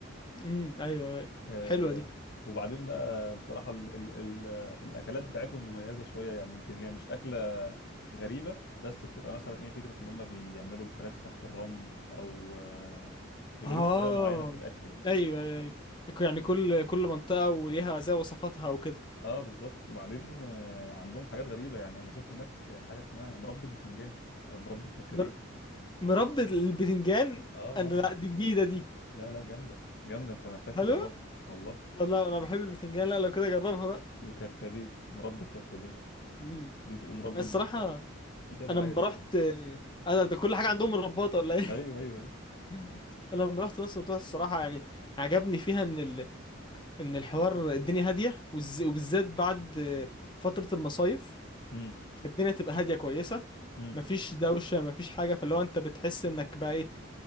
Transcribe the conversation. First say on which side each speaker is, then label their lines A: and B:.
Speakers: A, on the left; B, on the left.
A: امم ايوه ايوه
B: آه
A: حلوة دي
B: وبعدين بقى بصراحه ال ال ال الاكلات بتاعتهم مميزه شويه يعني يمكن هي مش اكله غريبه بس بتبقى مثلا ايه فكره ان هم بيعملوا الفراخ تحت الرمل او آه بيبقى
A: اه
B: ليهم طريقه معينه في الاكل يعني
A: ايوه ايوه ايوه يعني كل كل منطقة وليها زي وصفاتها وكده
B: اه بالظبط وبعدين آه، عندهم حاجات غريبة يعني انا شفت هناك حاجة اسمها مربى بتنجان او مربى كركديه
A: مر... مربى البتنجان
B: اه آه،
A: انا لا
B: آه.
A: دي جديدة دي
B: لا لا جامدة جامدة انت محتاج تجربها
A: حلوة
B: والله
A: والله انا بحب البتنجان لا لو كده جربها بقى
B: وكركديه مربى كركديه
A: مم.
B: دي تقوم مربى
A: الصراحة
B: برتقال في كذا
A: أنا
B: حاجة
A: لما
B: جامدة
A: رحت
B: يعني
A: أنا ده كل حاجة عندهم رباطة ولا إيه؟
B: ايوه ايوه ايوه
A: <laughs> أنا لما رحت مصر مطروح الصراحة يعني عجبني فيها إن ال... إن الحوار الدنيا هادية وز... وبالذات بعد آه، فترة المصايف
B: امم
A: فالدنيا تبقى هادية كويسة
B: امم
A: مفيش دوشة مفيش حاجة فاللي هو أنت بتحس إنك بقى إيه